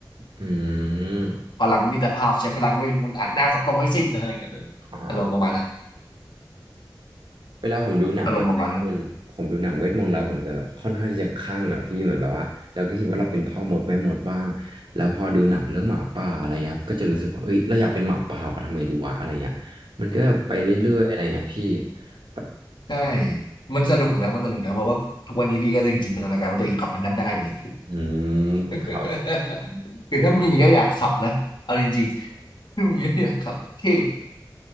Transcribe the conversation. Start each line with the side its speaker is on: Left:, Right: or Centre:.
Right: อืม
Left: พลังมิตรภาพใช้พลังเวทมนต์อัดหน้าสัตว์ตรงให้สิ้นอะไรเงี้ยเลยอารมณ์ประมาณนั้น
Right: อ่าเวลาผมดูหนังแบบเวทมนต์ผมดูหนังเวทมนต์แล้วผมจะแบบค่อนข้างที่จะคลั่งอะพี่เหมือนแบบว่าเราก็คิดว่าเราเป็นพ่อมดแม่มดบ้างแล้วพอดูหนังเรื่องหมาป่าอะไรเงี้ยครับก็จะรู้สึกว่าเอ้ยเราอยากเป็นหมาป่าว่ะทำไงดีวะอะไรเงี้ยมันก็ไปเรื่อยๆอะไรเงี้ยพี่
Left: อารมณ์ประมาณนั้น
Right: แบบ
Left: <laughs> ใช่มันสนุกนะมันสนุกนะเพราะว่าทุกวันนี้พี่ก็ยังจินตนาการว่าตัวเองขับมันน้ำได้อยู่เลย
Right: อืมครับ
Left: <laughs> คือถ้ามีก็อยากขับนะเอาจริงๆถ้ามีก็อยากขับเท่